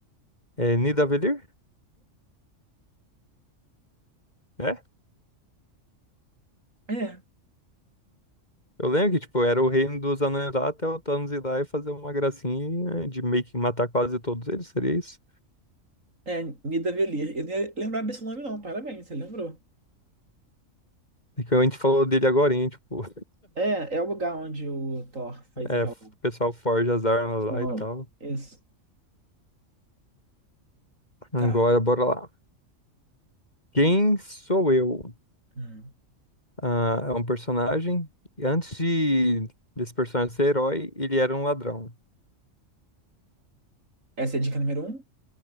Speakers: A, on the left; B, on the right.
A: é Nidavellir? É?
B: É,
A: Eu lembro que, tipo, era o reino dos anões lá até o Thanos ir lá e fazer uma gracinha de meio que matar quase todos eles, seria isso?
B: é Nidavellir. Eu não ia lembrar desse nome, não. Parabéns, você lembrou.
A: É que a gente falou dele agora, hein, tipo,
B: É, é o lugar onde o Thor faz
A: <laughs> é,
B: aquela.
A: o pessoal forja as armas lá
B: Uau.
A: e tal.
B: Isso.
A: Agora,
B: Tá.
A: bora lá. Quem sou eu?
B: Hum.
A: Ah, é um personagem, e antes de desse personagem ser herói, ele era um ladrão.
B: Essa é a dica número um.